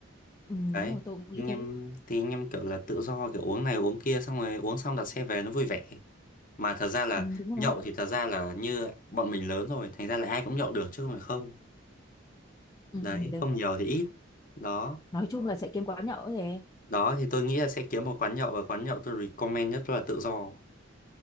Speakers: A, on the left; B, on the left.
A: Ừ,
B: đấy
A: đúng rồi, tôi cũng nghĩ
B: anh
A: thế.
B: em thì anh em kiểu là tự do kiểu uống này uống kia xong rồi uống xong đặt xe về nó vui vẻ mà thật ra là
A: Ừ, đúng
B: nhậu
A: rồi.
B: thì thật ra là như bọn mình lớn rồi thành ra là ai cũng nhậu được chứ không phải không
A: Ừ,
B: đấy
A: được.
B: không nhiều thì ít đó
A: Nói chung là sẽ kiếm quán nhậu rồi.
B: đó thì tôi nghĩ là sẽ kiếm một quán nhậu và quán nhậu tôi recommend nhất là tự do